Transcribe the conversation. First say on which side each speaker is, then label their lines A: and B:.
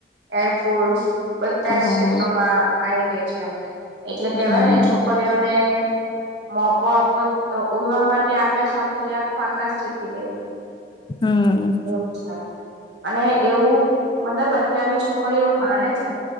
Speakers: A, on the right; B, on the left.
A: એરફોર્સ બધા
B: હા
A: જ ક્ષેત્રોમાં આવી રે છે <inaudible> એટલે કેવાય
B: હમ
A: ને છોકરીઓને મોકો આપો તો ઉડવા માટે આકાશ આપો તો આખો આકાશ જીતી લે
B: હમ્મ
A: એવું છે અને એવું મતલબ અત્યારની છોકરીઓ માને છે